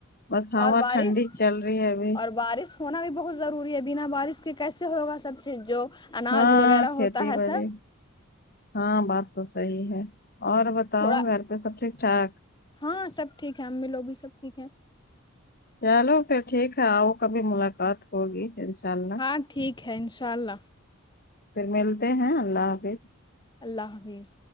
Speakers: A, on the left (about 45°); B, on the left (about 20°).
A: بس ہوا
B: اور بارش
A: ٹھنڈی چل رہی ہے ابھی
B: اور بارش ہونا بھی بہت ضروری ہے بنا بارش کے کیسے ہوگا سب چیز جو اناج
A: ہاں
B: وغیرہ
A: کھیتی
B: ہوتا ہے
A: باڑی
B: سب
A: ہاں بات تو صحیح ہے اور بتاؤ
B: تھوڑا
A: گھر پہ سب ٹھیک ٹھاک
B: ہاں سب ٹھیک ہے امی لوگ بھی سب ٹھیک ہیں
A: چلو پھر ٹھیک ہے آؤ کبھی ملاقات ہوگی اللہ
B: ہاں ٹھیک ہے انشاء اللہ
A: پھر ملتے ہیں اللہ حافظ
B: اللہ حافظ